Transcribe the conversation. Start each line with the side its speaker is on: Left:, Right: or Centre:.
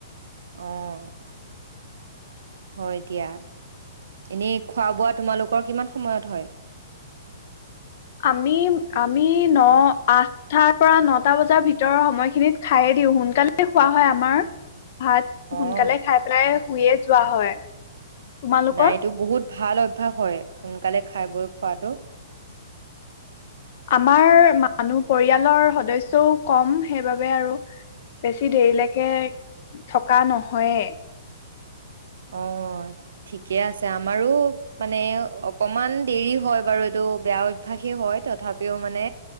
Right: অ', হয় দিয়া। এনেই খোৱা-বোৱা তোমালোকৰ কিমান সময়ত হয়?
Left: আমি, আমি ন, আঠটাৰ পৰা নটা বজাৰ ভিতৰৰ সময়খিনিত খায়েই দিওঁ। সোনকালেই খোৱা হয় আমাৰ। ভাত
Right: অ'
Left: সোনকালে খাই পেলাই, শুয়েই যোৱা হয়। তোমালোকৰ
Right: নাই, এইটো বহুত ভাল অভ্যাস হয়। সোনকালে খাই বৈ শুৱাটো।
Left: আমাৰ মানুহ, পৰিয়ালৰ সদস্যও কম। সেইবাবে, আৰু বেছি দেৰিলৈকে থকা নহয়েই।
Right: অ', ঠিকে আছে। আমাৰো, মানে, অকণমান দেৰি হয় বাৰু। এইটো বেয়া অভ্যাসেই হয়। তথাপিও, মানে,